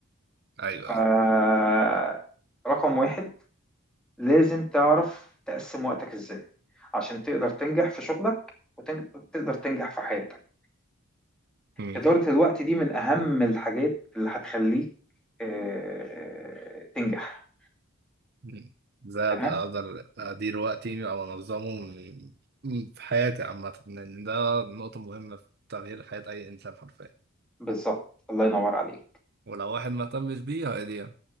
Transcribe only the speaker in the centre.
ف-
رقم واحد لازم تعرف تقسم وقتك ازاي عشان تقدر تنجح في شغلك وتقدر تنجح في حياتك
إدارة الوقت دي من أهم الحاجات اللي هتخليك آه، تنجح
تمام
بالظبط الله ينور عليك